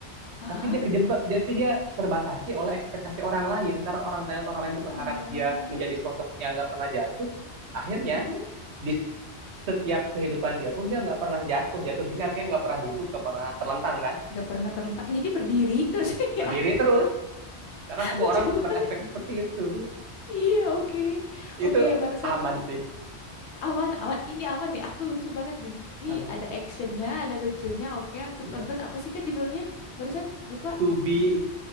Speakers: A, on the left (about 80°); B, on the right (about 80°).
A: heeh.
B: tapi dia kejebak tapi dia terbatasi oleh ekspektasi orang lain karena orang lain orang
A: Walah.
B: lain tuh berharap dia menjadi sosok yang nggak pernah jatuh akhirnya
A: Hmm,
B: di setiap kehidupan dia pun dia nggak pernah jatuh jatuh di sini artinya nggak pernah duduk nggak pernah terlentang kan
A: gak pernah terlentang. Jadi berdiri terus. <laughs>
B: berdiri
A: Ya,
B: terus Karena semua
A: lucu
B: orang
A: banget.
B: berespek seperti itu.
A: Iya, oke. Oke,
B: Itu
A: barusan
B: aman sih,
A: awan, awan. Ini awan nih. Aku lucu banget nih. Ini
B: aman.
A: ada actionnya, ada lucunya. Oke, aku
B: Iya.
A: tonton. Apa sih kak judulnya? Barusan lupa.
B: To be